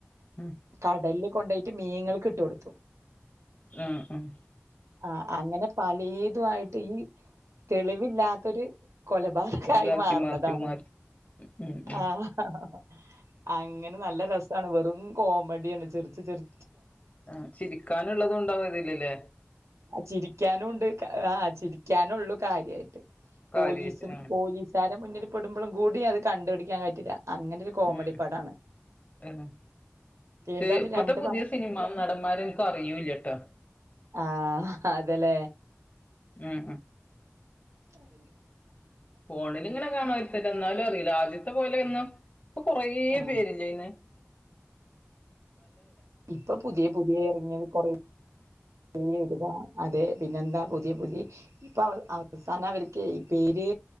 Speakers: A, on the left (about 30°); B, on the right (about 85°).
A: ഉം
B: കടല് കൊണ്ടോയിറ്റ് മീങ്ങൾക്ക് ഇട്ടു കൊടുത്തു.
A: ആഹ് ആഹ്
B: ആഹ് അങ്ങനെ പലേതു ആയിട്ട് ഈ തെളിവില്ലാത്തൊരു കൊലപാതകായി
A: ഇതാക്കി
B: മാറുന്നതാണ്.
A: മാറ്റി മാറ്റി ഉം ഉം
B: ആഹ്. അആഹ്. അങ്ങനെ നല്ല രസ് താണ് വെറും കോമഡിയാണ്. ചെറ്ച്ച് ചെറ്
A: ആഹ് ചിരിക്കാനുള്ളതും ഉണ്ടാവുംതില്ലല്ലേ?
B: ചിരിക്കാനുണ്ട് കാ ആഹ് ചിരിക്കാനുള്ള് കാര്യയിട്ട്. പോലീസും
A: കാര്യായിട്ട് ആഹ്
B: പോലീസാര മുന്നില് പടുമ്പളും കൂടി അത് കണ്ടുടിക്കാൻ പറ്റില്ല. അങ്ങനെ ഒരു കോമഡി
A: ഉം
B: പടാണ്
A: ഉം ഷേ
B: എന്തായാലും
A: ഇപ്പത്തെ
B: രണ്ട്
A: പുതിയ
B: പടം
A: സിനിമാ നടന്മാരനിക്കും അറിയൂല്യട്ടോ.
B: ആഹ്. അതെല്ലെ.
A: ഉം
B: ക്കറീല
A: ഫോണില് ഇങ്ങനെ കാണാ <unintelligible> ന്നാലും അറീല്ല ആദ്യത്തെ പോലെ ഒന്നും ഇപ്പൊ കൊറേ
B: ആ
A: പേരില്ലേ ന്ന്
B: ഇപ്പം പുതിയ പുതിയ ഇറങ്ങിയത് കൊറേ ഈ ഇട്‌ത അതെ പിന്നെന്താ പുതിയ പുതി ഇപ്പൊ അത് <unintelligible> പേര്